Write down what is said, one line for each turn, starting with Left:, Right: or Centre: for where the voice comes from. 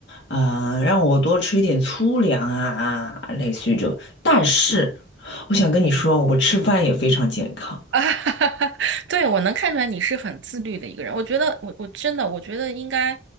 Left: 嗯，让我多吃一点粗粮啊，类似于这种。但是我想跟你说，我吃饭也非常健康。
Right: 啊，<laughs> 对，我能看出来你是很自律的一个人。我觉得，我我真的，我觉得应该，